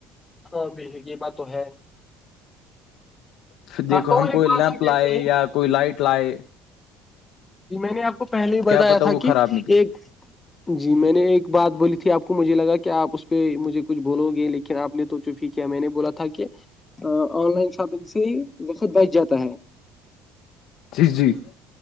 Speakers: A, on the left; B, on the left.
A: ہاں بھی یہ بات تو ہے
B: پھر دیکھو
A: ہاں اور
B: ہم
A: ایک
B: کوئی
A: بات
B: لیمپ
A: ہم
B: لائے
A: کہتے ہیں
B: یا
A: کہ
B: کوئی لائٹ لائے
A: جی میں نے آپ کو پہلے ہی بتایا
B: کیا پتا وہ
A: تھا کہ
B: خراب نکلے
A: ایک جی میں نے ایک بات بولی تھی آپ کو مجھے لگا کہ آپ اس پہ مجھے کچھ بھولو گے لیکن ن آپ نے تو چپ ہی کیا میں نے بولا تھا کہ آن لائن شاپنگ سے ہی وقت بچ جاتا ہے
B: جی جی